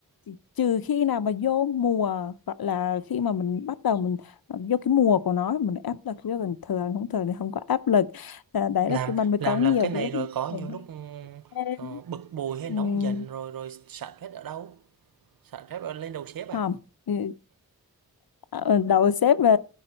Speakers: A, on the left; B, on the right.
A: chỉ- trừ khi nào mà vô mùa gọi là khi mà mình bắt đầu mình ờ, vô cái mùa của nó thì mình áp lực chứ còn thường không thường thì không có áp lực à, đấy
B: làm
A: là cái mình mới
B: làm
A: có nhiều
B: làm cái này
A: cái
B: rồi có
A: để
B: nhiều
A: nhanh
B: lúc, ừm,
A: lên
B: ờ, bực bội hay
A: Ừm,
B: nóng giận rồi rồi xả stress ở đâu? Xả stress ở lên đầu sếp à?
A: không ừ. Ờ, đầu sếp là